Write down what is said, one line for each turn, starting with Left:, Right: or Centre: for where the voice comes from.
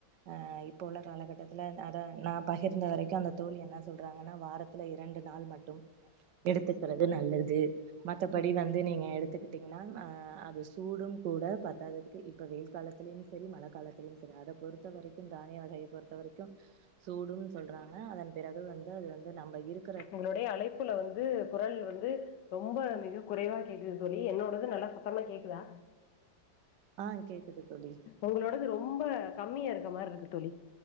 Right: ஆஹ் இப்போ உள்ள காலகட்டத்துல அதா நா பகிர்ந்த வரைக்கு அந்த தோழி என்னா சொல்றாங்கன்னா வாரத்துல இரண்டு நாள் மட்டும் எடுத்து கிறது நல்லது மத்தபடி
Left: ஆஹ்
Right: வந்து நீங்க எடுத் த்துக்கிட்டீங்ன்னா அ அது சூடும் கூட பத்தாததுக்கு இப்ப வெயில் காலத்திலியும் செரி மழக் காலத்திலயும் செரி அத பொறுத்த வரைக்கும் தானிய வகையை பொறுத்த வரிக்கும் சூடும் சொல்றாங்க அதன் பிறகு வந்து அது வந்து நம்ப இருக்
Left: உங்ளுடைய அழைப்புல வந்து குரல் வந் து ரொம்ப மிகக் குறைவா கேக்குது தோழி என்னோடது நல்லா சத்தமா கேக்குதா
Right: ஆ கேக்குது தோழி
Left: உங்களோடது ரொம்ப கம்மியா இருக்க மார்ரு கேக்குது தோழி